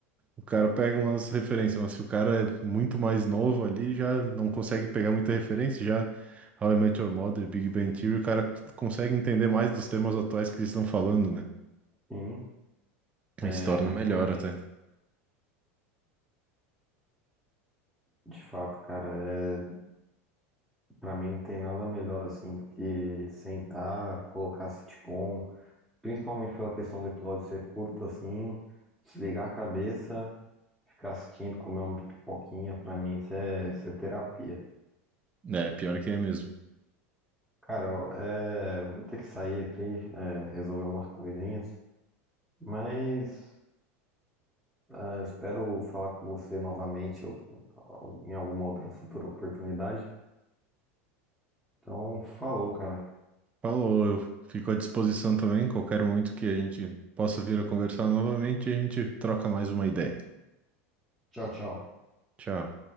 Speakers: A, on the right; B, in the centre.
A: O cara pega umas referências, mas se o cara é muito mais novo ali, já não consegue pegar muita referência, já How I Met Your Mother, Big Bang Theory, o cara consegue entender mais dos temas atuais que eles estão falando, né?
B: Sim, é,
A: Aí se torna
B: realmente.
A: melhor até.
B: De fato, cara, é, pra mim não tem nada melhor assim do que sentar, colocar sitcom, principalmente pela questão do episódio ser curto assim, desligar a cabeça, ficar assistindo, comer uma pipoquinha, pra mim isso é, isso é terapia.
A: É, pior que é mesmo.
B: Cara, eu, é, eu vou ter que sair aqui, é, resolver umas coisinhas, mas Ah, espero falar com você novamente ou- ou em alguma outra futura oportunidade. Então, falou, cara.
A: Falou, eu fico à disposição também, qualquer momento que a gente possa vir a conversar novamente, a gente troca mais uma ideia.
B: Tchau, tchau.
A: Tchau.